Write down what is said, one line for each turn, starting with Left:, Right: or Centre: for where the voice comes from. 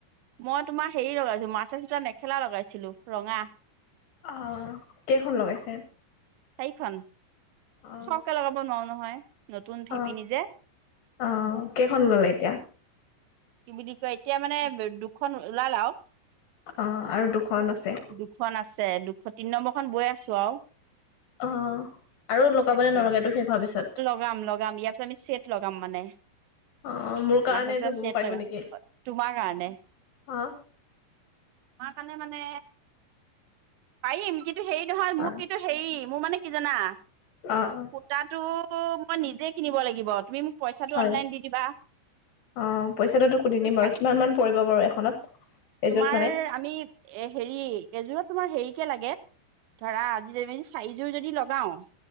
Right: মই তোমাৰ হেৰি লগাইছো, মাছৰা সোতাৰ মেখেলা লগাইছিলো, ৰঙা।
Left: অ', কেইখন লগাইছে?
Right: চাৰিখন
Left: অ
Right: সৰহকে লগাব নোৱাৰো নহয়, নতুন শিপিনী
Left: অ
Right: যে।
Left: অ', কেইখন
Right: এই
Left: ল'লে এতিয়া?
Right: কি বুলি কয়, এতিয়া মানে দুখন ওলাল আৰু।
Left: অ', আৰু দুখন আছে।
Right: দুখন আছে, দুখন তিনি নম্বৰ খন বৈ আছো আৰু।
Left: অ', আৰু লগাবনে
Right: তাকে
Left: নলগাই, এইতো শেষ হোৱাৰ পিছত?
Right: লগাম লগাম, ইয়াৰ পিছত আমি চেট লগাম মানে।
Left: অ' মোৰ কাৰণে
Right: মাছ আছে
Left: এযোৰ বোৱ
Right: চেট
Left: পাৰিব
Right: লগাম
Left: নেকি,
Right: তোমাৰ কাৰণে
Left: হা।
Right: তোমাৰ কাৰণে মানে, পাৰিম কিন্তু কিন্তু হেৰি নহয়, মোক
Left: অ
Right: কিন্ত হেৰি, মোৰ মানে কি জানা
Left: অ অ
Right: সুতাতো মই নিজে কিনিব লাগিব, তুমি মোক পইচাটো
Left: হয়,
Right: অনলাইন দি দিবা
Left: অ' পইচাটোতো কৰি
Right: বুজিছা
Left: দিম বাৰু, কিমান মান পৰিব বাৰু এখনত? এযোৰত
Right: তোমাৰ
Left: মানে
Right: আমি, এ হেৰি এযোৰত তোমাৰ হেৰি কে লাগে ধৰা আজি, আমি যদি চাৰিযোৰ লগাওঁ